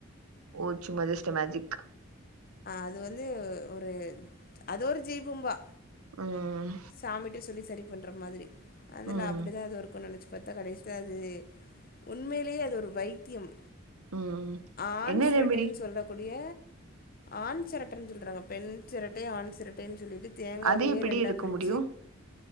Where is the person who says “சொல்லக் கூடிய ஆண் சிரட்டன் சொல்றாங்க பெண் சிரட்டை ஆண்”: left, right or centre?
Left